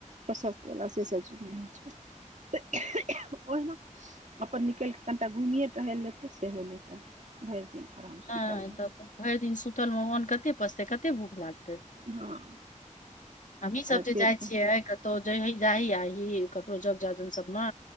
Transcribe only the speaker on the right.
प्रशस्तवला से सभ चीज नहि होइ छैय। ओहिना अपन निकइल कऽ कनिटा घुमिए टहल लए लेतै सेहो नई हेतय। भरि दिन आराम। सुतल
रहतै
हँ
आइ
पेट